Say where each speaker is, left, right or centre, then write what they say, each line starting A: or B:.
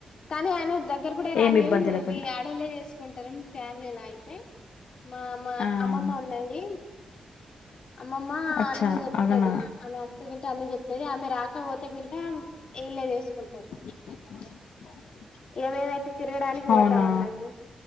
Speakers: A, on the left; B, on the left.
A: కానీ ఆయన దగ్గర కూడా రానియం
B: ఏమి ఇబ్బంది లేకుండా.
A: ఇవి ఆడళ్లే చేసుకు కుంటారు ఫ్యామిలీలా అయితే మామ మా
B: ఆహా
A: అమ్మమ్మ ఉన్నది అమ్మమ్మ
B: అచ్చా
A: అన్ని చెప్తది
B: అవునా
A: ఆమె కంట అన్ని చెప్తది ఆమె రాకపోతే కింట ఇళ్లేచేసుకుంటారు
B: <inaudible>
A: ఇగమేమైతే తిరగడానికి పోతాం
B: అవునా
A: అన్నట్టు